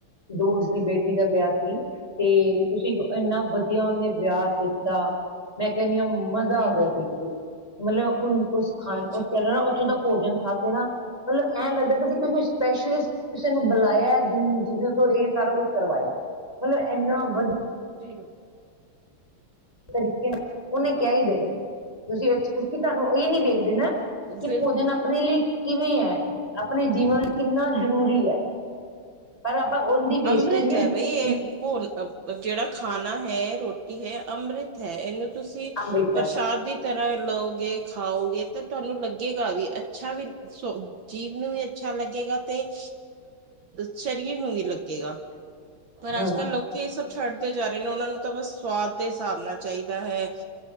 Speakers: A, on the left; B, on the right.
A: ਦੂਸਰੀ ਬੇਟੀ ਦਾ ਵਿਆਹ ਸੀ। ਤੇ ਤੁਸੀਂ, ਇੰਨਾ ਵਧੀਆ ਉਹਨੇ ਵਿਆਹ ਤੇ ਮੈਂ ਕਹਿੰਦੀ ਆ ਮਜ਼ਾ,
B: ਹਮ
A: ਆ ਗਿਆ
B: ਹਮ
A: ਸੀ ਦੇਖੇ, ਮਤਲਬ ਕੁਝ ਖਾਣ
B: ਹਾਂਜੀ
A: ਤੋ, ਉਹ ਪਹਿਲਾਂ। ਭੋਜਨ ਖਾਦੇ ਨਾ, ਮਤਲਬ ਐ ਲੱਗਦਾ ੀ ਤੁਸੀਂ ਸਪੈਸ਼ਲ ਕਿਸੀ ਨੂੰ ਬੁਲਾਇਆ ਹੈ। ਇਸ ਤੋਂ ਇਹ ਸਾਰਾ ਕੁਝ ਕਰਵਾਇਆ ਏ, ਮਤਲਬ ਇਨਾ ਵਧੀ-
B: ਜੀ ।
A: ਉਹਨੇ
B: ਹਾਂ
A: ਕਿਹਾ <unintelligible> ਹੀ ਦੇ ਤੁਸੀਂ ਤੁਹਾਨੂੰ <unintelligible> ਇਹ ਨਹੀਂ ਇ ਦੇ ਨਾ, ਕਿ
B: ਬਿਲਕੁਲ
A: ਭੋਜਨ ਆਪਣੇ ਲਈ ਕਿਵੇਂ ਐ, ਆਪਣੇ ਜੀਵਨ ਲੀ ਕਿੰਨਾ ਜਰੂਰੀ ਹੈ। ਆਪਾਂ ਉਹਦੀ ਵੇਸਟੇਜ
B: ਅੰਮ੍ਰਿਤ
A: ਵੀ
B: ਹੈ
A: ਬਹੁਤ
B: ਬਈ
A: ਹੁੰਦੀ
B: ਇਹ ਜਿਹੜਾ ਖਾਣਾ ਹੈ ਰੋਟੀ ਹੈ ਅੰਮ੍ਰਿਤ ਇਹਨੂੰ ਤੁਸੀਂ
A: ਆਂਦੇ
B: ਪ੍ਰਸ਼ਾਦ
A: ਹੈ
B: ਦੀ ਤਰ੍ਹਾਂ ਲਓ ਯਹ ਖਾਉਗੇ ਤਾਂ ਤੁਹਾਨੂੰ ਲੱਗੇਗਾ ਵੀ ਅੱਛਾ ਵੀ ਜੀਭ ਨੂੰ ਵੀ ਅੱਛਾ ਲੱਗੇ ਤੇ ਸਰੀਰ ਨੂੰ ਵੀ ਲੱਗੇਗਾ ਪਰ
A: ਹੂੰ
B: ਅੱਜ ਕੱਲ ਲੋਕੀ ਸ ਛੱਡ ਦੇ ਜਾ ਰਹੇ ਨੇ ਉਹਨਾਂ ਨੂੰ ਤਾਂ ਬਸ ਸਵਾਦ ਦੇ ਹਿਸਾਬ ਨਾਲ ਚਾਹੀਦਾ ਹੈ।